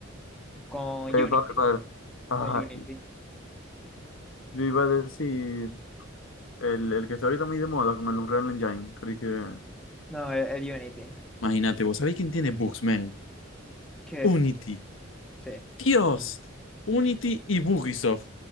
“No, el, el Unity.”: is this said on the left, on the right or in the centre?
Centre